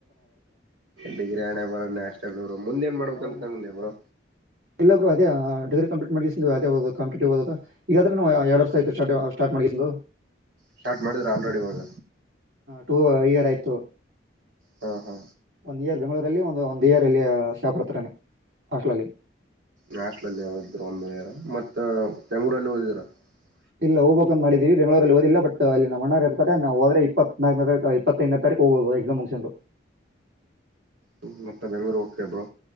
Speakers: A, on the right; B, on the right.
A: ಡಿಗ್ರಿ ಹಣೆ ಬರ ಅಷ್ಟರು ಮುಂದೆ ಏನ್ ಮಾಡ್ಬೇಕ
B: ಯಾವಾಗ
A: ಅಂತಕಂದಬರು
B: ಇಲ್ಲ ಬರು ಅದೇ ಡಿಗ್ರಿ ಕಂಪ್ಲೀಟ್ ಮಾಡಿಿಸ್ ಅದೇ ಹದು ಕಂಪಿಟಿವ್ ಹದದು ಈಗಾದ್ರೆನು ಎರಡ್ ವರ್ಷ ಆಯತು್ಟಾರ್ಟ ಸ್ಟಾರ್ಟ್ ಮಾಡಸವು
A: ಸ್ಟಾರ್ಟ್ ಮಾಡಿದ್ರ ಆಲ್ರೆಡಿ ಇವಾಗ
B: ಟು ಇಯರ್ ಆಯ್ತು
A: ಹಾ ಹಾ
B: ಒಂದು ಇಯರ್ ಬೆಂಗ್ಳ ಇದರಲ್ಲಿ ಒಂದು ಒಂದ್ ಇಯರ್ ಅಲ್ಲಿ ಶಾಪ್ ಇರ್ತ ಹಸ್ಟಲ್ ಅಲ್ಲಿ
A: ನಾಸ್ಟ್ಲಲ್ಲಿ ಯಾವ್ರು ಒಂದುಾರ
B: ಹ್ಮ್
A: ಮತ್ತ ತೆಂಗೂರಲ್ಲಿ ಓದರ ಹ
B: ಇಲ್ಲ ಹೋಗ್ಬೇಕಕ್ಂತ್ ಮಾಡಿದೀವಿ ಬೆಂಗಳೂರಲ್ಲಿ ಓದಿಲ್ಲ ಬಟ್ ಅಲ್ಲಿ ನಮ್ಮ ಅಣ್ಣಾರ ಇರ್ತಾರೆ ನಾವು ಹೋದ್ರೆ ಇಪ್ಪತ್ನಾಲ್ಕನೇ ಇಪ್ಪತ್ತತ್ೈದನೇ ತಾರೀಕು ಹೋಗಬಹುದು ಎಕ್ಸಾಮ್ ಮುಷನ್
A: ಹ್ಮ್ ಮತ್ತ ಬೆಂಗ್ೂರು ಓಕ ಎಬ್ಳೋ